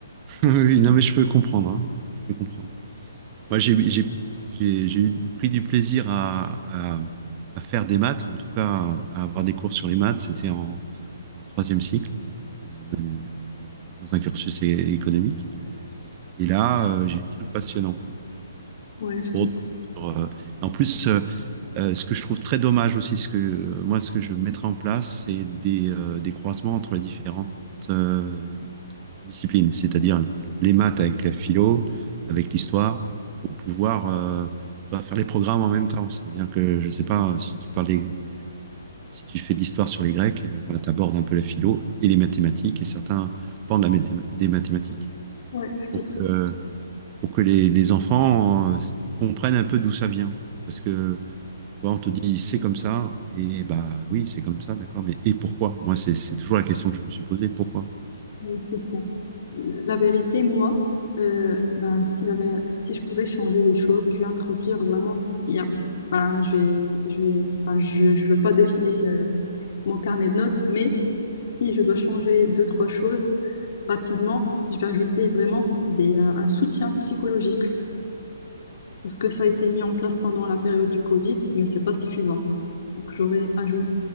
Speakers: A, on the right; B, on the left.
A: Oui, non, mais je peux comprendre, hein. Je peux comprendre. Moi, j'ai j'ai- j'ai- j'ai eu pris du plaisir à, à- à faire des maths, en tout cas à, à avoir des cours sur les maths. C'était en, en troisième cycle, euh, dans un cursus é- économique. Et là, euh, j'ai eu des trucs passionnants, quoi.
B: Ouais,
A: Entre
B: je te,
A: autres, sur, euh, et en plus, euh, euh, ce que je trouve très dommage aussi, ce que euh, moi, ce que je mettrais en place, c'est des, euh, des croisements entre les différentes euh, disciplines, c'est-à-dire les maths avec la philo, avec l'histoire, pour pouvoir euh, tu vois, faire les programmes en même temps. C'est-à-dire que, je sais pas, euh, si tu parles des- si tu fais de l'histoire sur les Grecs, euh, bah, tu abordes un peu la philo et les mathématiques et certains pans de la mathém- des mathématiques,
B: ouais, je
A: pour
B: te comprends.
A: que, pour que les, les enfants euh, comprennent un peu d'où ça vient. Parce que tu vois, on te dit c'est comme ça, et bah oui, c'est comme ça, d'accord, mais et pourquoi? Moi, c'est c'est toujours la question que je me suis posée, pourquoi?
B: Ouais, C'est ça. La vérité, moi, euh, ben, si j'avais, si je pouvais changer les choses, je vais introduire vraiment. il y a- ben, je vais, je vais, enfin, je, je veux pas défiler euh, mon carnet de notes, mais si je dois changer deux, trois choses rapidement, je vais ajouter vraiment des, euh, un soutien psychologique parce que ça a été mis en place pendant la période du Covid, mais c'est pas suffisant. Donc, j'aurais ajouté